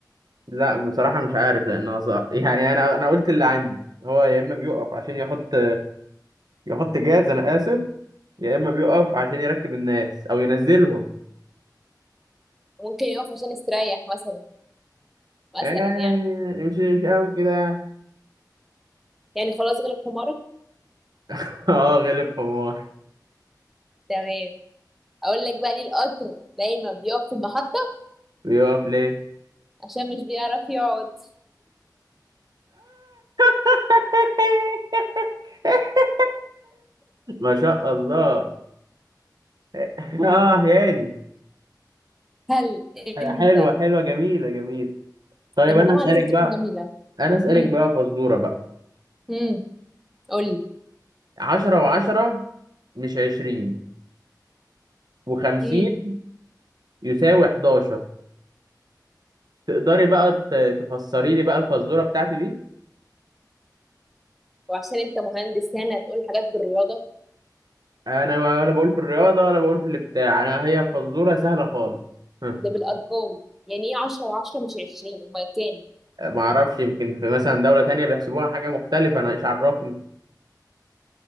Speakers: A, on the right; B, in the centre.
A: لا بصراحه مش عارف لانها صح يعني انا انا قلت اللي عندي هو يا اما بيقف عشان يحط يحط جاز انا اسف يا اما بيقف عشان يركب الناس او ينزلهم
B: ممكن يقف عشان يستريح مثلا
A: يعني
B: مثلا يعني
A: مش مش قوي كده يعني.
B: يعني خلاص غلب حمارك
A: <laughs> اه غلب حمار
B: تمام اقول لك بقى ليه القطر دايما بيقف في المحطه
A: بيقف ليه
B: عشان مش بيعرف يقعد
A: <laughs> ما شاء الله <laughs> اه يعني
B: <laughs> هل
A: حلوه
B: انت
A: حلوه جميله جميله طيب
B: لما
A: انا
B: طبعا
A: اسالك
B: لازم تكون
A: بقى
B: جميلة
A: انا اسالك
B: هم
A: بقى فزوره بقى
B: هم قولي
A: 10 و10 مش 20 و50
B: هم
A: يساوي 11 تقدري بقى ت- تفسري لي بقى الفزوره بتاعتي دي
B: وعشان انت مهندس يعني هتقول حاجات بالرياضة
A: انا ولا بقول في الرياضه ولا بقول في البتاع انا هي فزوره سهله خالص <laughs>
B: ده بالأرقام يعني ايه عشرة وعشرة مش عشرين أمال كام
A: ما اعرفش يمكن في مثلا دوله تانية بيحسبوها حاجه مختلفه انا ايش عرفني